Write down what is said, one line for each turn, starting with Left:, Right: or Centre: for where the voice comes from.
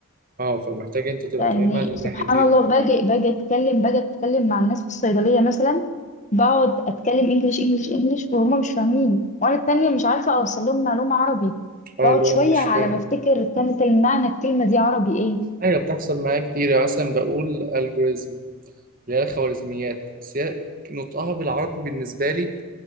Right: اه فمحتاج انت تبقى
Left: يعني
Right: فاهمها الناحيتين
Left: سبحان الله باجي باجي اتكلم باجي اتكلم مع الناس في الصيدليه مثلا بقعد اتكلم انجليش انجليش انجليش وهم مش فاهمين وانا التانية مش عارفه اوصل لهم معلومه عربي
Right: اه
Left: بقعد
Right: اللي هو
Left: شويه
Right: انا مش
Left: على
Right: فاهم
Left: ما افتكر كانت المعنى الكلمه دي عربي ايه
Right: ايوه بتحصل معايا كتير يعني مثلا بقول الجوريزم اللي هي الخوارزميات بس هي نطقها بالعربي بالنسبه لي